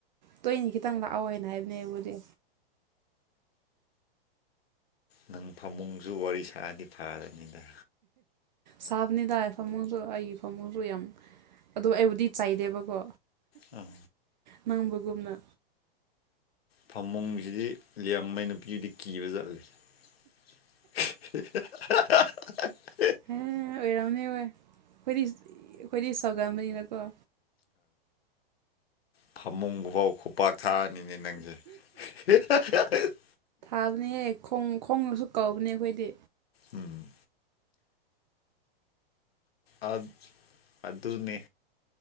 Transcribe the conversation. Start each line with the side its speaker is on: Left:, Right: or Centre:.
Right: ꯇꯣꯏꯅꯤ ꯈꯤꯇꯪ ꯂꯥꯛꯑꯣ ꯍꯥꯏꯅ ꯍꯥꯏꯕꯅꯦ ꯑꯩꯕꯨꯗꯤ
Left: ꯅꯪ ꯐꯃꯨꯡꯁꯨ ꯋꯥꯔꯤ ꯁꯥꯔꯗꯤ ꯐꯥꯔꯅꯤꯗ
Right: ꯁꯥꯕꯅꯤꯗ ꯑꯩ ꯐꯃꯨꯡꯁꯨ ꯑꯩꯒꯤ ꯐꯃꯨꯡꯁꯨ ꯌꯥꯝ ꯑꯗꯣ ꯑꯩꯕꯨꯗꯤ ꯆꯩꯗꯦꯕꯀꯣ
Left: ꯑꯥ
Right: ꯅꯪꯕꯒꯨꯝꯅ
Left: ꯐꯃꯨꯡꯁꯤꯗꯤ ꯂꯤꯌꯥꯡꯃꯩ ꯅꯨꯄꯤꯗꯤ ꯀꯤꯕꯖꯥꯠꯅꯤ <unintelligible>
Right: ꯑꯦ ꯑꯣꯏꯔꯝꯅꯤ ꯍꯣꯏ ꯑꯩꯈꯣꯏꯗꯤ ꯑꯩꯈꯣꯏꯗꯤ ꯁꯧꯒꯟꯕꯅꯤꯅꯀꯣ
Left: ꯐꯝꯃꯨꯡꯕꯧ ꯄꯥꯔ ꯊꯥꯔꯅꯤꯅꯦ ꯅꯪꯁꯦ <unintelligible>
Right: ꯀꯥꯕꯅꯦꯍꯦ ꯍꯣꯡ ꯈꯣꯡꯅꯁꯨ ꯀꯧꯕꯅꯦ ꯑꯩꯈꯣꯏꯗꯤ
Left: ꯎꯝ ꯑꯥ ꯑꯗꯨꯅꯦ